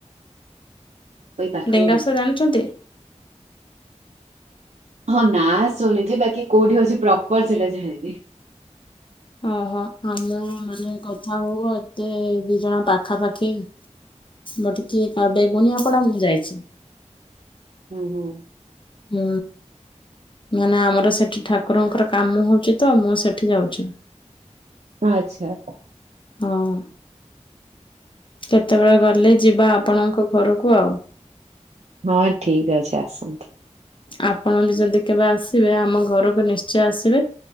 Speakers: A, on the right; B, on the left.
A: ଏଇ ପାଖରେ
B: ଡେଙ୍ଗାଓସ୍ତାଦା
A: ହିଁ।
B: ଜାଣିଛନ୍ତି?
A: ହଁ ନା ଶୁଣିଛି ବାକି କୋଉଠି ଅଉଛି ପ୍ରପର ସେଇଟା ଯାଣିନି।
B: ଓହୋ ଆମେ ମାନେ କଥା ହଉ ଏତେ ଦି ଜଣ ପାଖା ପାାଖି ମୁଁ ଟିକିଏ ବଡେ ଗୁନିଆପଡା ମୁଁ ଯାଇଛି।
A: ହୁଁ ହୁଁ।
B: ହୁଁ। ମାନେ ଆମର ସେଠି ଠାକୁରଙ୍କର କାମ ହଉଛି ତ ମୁଁ ସେଠି ଯାଉଛି
A: ଆଚ୍ଛା।
B: ହଁ। କେତେବେଳେ ଗଲେ ଯିବା ଆପଣଙ୍କ ଘରକୁ ଆଉ।
A: ହଁ ଠିକ ଅଛି ଆସନ୍ତୁ।
B: ଆପଣ ବି ଯଦି କେବେ ଆସିବେ ଆମ ଘରକୁ ନିଶ୍ଚୟ ଆସିବେ